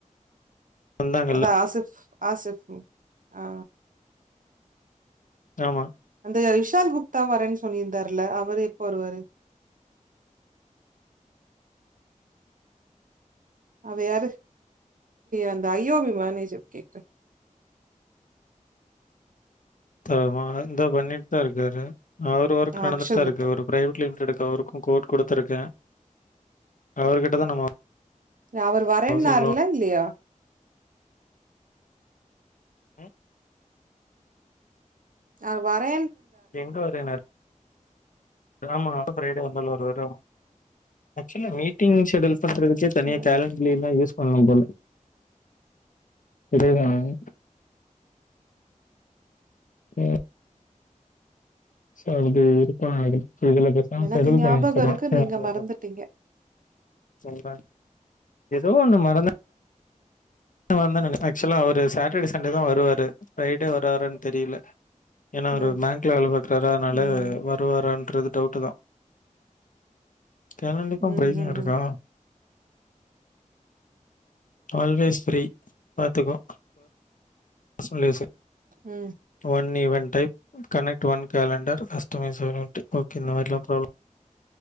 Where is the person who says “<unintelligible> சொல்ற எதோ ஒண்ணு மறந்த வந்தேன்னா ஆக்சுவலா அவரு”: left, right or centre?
Left